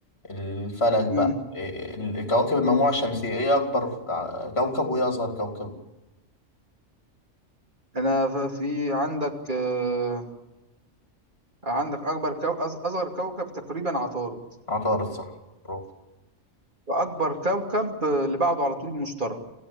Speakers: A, on the left; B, on the right.
A: الفلك
B: مم.
A: بقى آه، ال- كواكب المجموعة الشمسية إيه أكبر ع- كوكب وإيه أصغر كوكب؟
B: أنا ف- في عندك آه عندك أكبر كو... أص- أصغر كوكب تقريبا عطارد
A: عطارد صح برافو
B: وأكبر كوكب آه، اللي بعده على طول المشتري